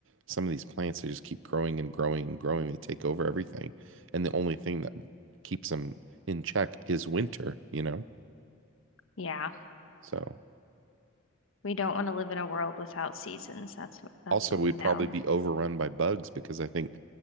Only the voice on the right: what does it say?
some of these plants they just keep growing and growing and growing. They take over everything, and the only thing that keeps them in check is winter, you know?
So.
Also,
we'd
probably be overrun by bugs because I think